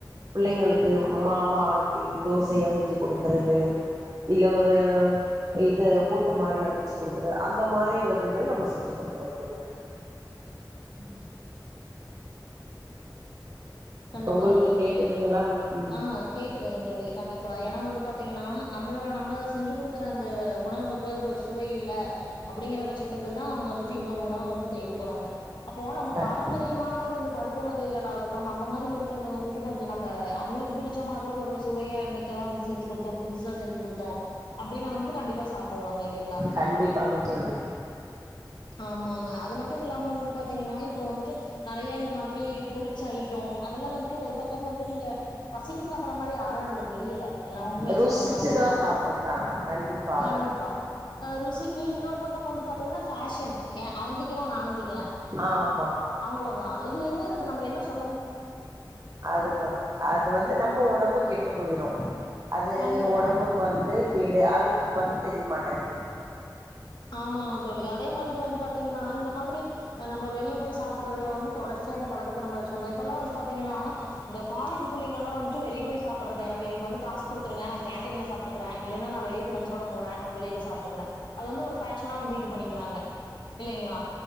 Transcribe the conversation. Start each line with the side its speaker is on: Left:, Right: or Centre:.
Right: புள்ளைங்களுக்கு மாவு ஆட்டி தோசைய ஊற்றி குடுக்குறது இல்ல ஒரு இது புட்டு மாரி அவுச்சு குடுக்குற அந்த மாரி வகைகள் நம்ம செஞ்சு குடுக்குறோம் புள்ளைங்களுக்கு
Left: ம் கண்டிப்பா
Right: உங்களுக்கு
Left: தோழி
Right: கேக்குதுங்களா ம்
Left: ஆ கேக்குதுங்க தோழி கண்டிப்பா ஏனா வந்து பாத்தீங்கன்னா நம்மள நம்ம செஞ்சு குடுக்குற அந்த உணவு வந்து ஒரு சுவை இல்ல அப்டிங்கிற பட்சத்துக்கு தா அவங்க வந்துட்டு இன்னொரு உணவ வந்து தேடி போறாங்க அப்போ நம்ம
Right: கண்டிப்பா
Left: பாரம்பரியமான ஒரு இந்த பருப்பு வகைகள் ஆகட்டும் அந்த மாரி இருக்குறது வந்துட்டு கொஞ்சோ நம்ம அவங்களுக்கு பிடிச்ச மாதிரி ஒரு சுவையமிக்கதா வந்து செஞ்சு குடுத்தோம் புதுசா செஞ்சு குடுத்தோ அப்டின்னா வந்துட்டு கண்டிப்பாஸ் சாப்புடுவாங்க இல்லைங்களா
Right: கண்டிப்பாக தோழி
Left: ஆமாங்க அது மட்டும் மில்லாம வந்து பாத்தீங்கன்னா இப்ப வந்து ட்டு நறையா இந்த மாதிரி பொருச்ச அயிட் அப்றோ அதெல்லா வந்துட்டு ஒரு பக்கம் வந்து நீங்க பசிக்கு சாப்பிற மாதிரி யாரு எனக்கு தெரியல ஏன்னா உண்மையே
Right: ருசிச்சுதா
Left: சொல்லணு அப்டின்னா
Right: சாப்புட்றாங்க கண்டிப்பாக
Left: கண்டிப்பா அ ருசிக்கு இன்னொரு பக்க வந்து பாத்தீங்கன்னா பேஷன் ஏ அவந்திங்கிரா நானுந்திங்குறே
Right: ஆமா
Left: அவ்ளோதா இதுல என்ன இருக்கு நம்ம என்ன சொல்
Right: அதுவா அது வந்து நம்ம ஒடம்பு கெட்டுபோ போயிரோ அது
Left: கண்டிப்பா
Right: உடம்புக்கு வந்து கேடு அதும் வந்து தெரிய மாட்டேங்குது
Left: ஆமாங்க தோழி அதே மாதிரி வந்து பாத்தீங்கன்னா இந்த மாதிரி நம்ம வெளிய போய் சாப்புறது வந்து தொடர்ச்சிய இந்த பழக்கத்த நம்ம வச்சதுமாரி அப்பலா வந்து பாத்தீங்கன்னா இந்த காலேஜ் புள்ளங்கலா வட்டு வெளிய போய் சாப்டுறதுக்குக்கு வந்து இன்னைக்கு காசு குடுத்துருங்க நா கேண்டீன்ல சாப்டுகுறே இல்லனா நா வெளில ப்ரெண்ட்ஸ் ஓட போறே வெளில சாப்டுகுறே அது வந்து ஃபேஷனா வந்து இது பண்ணிக்குறாங்க இல்லைங்ளா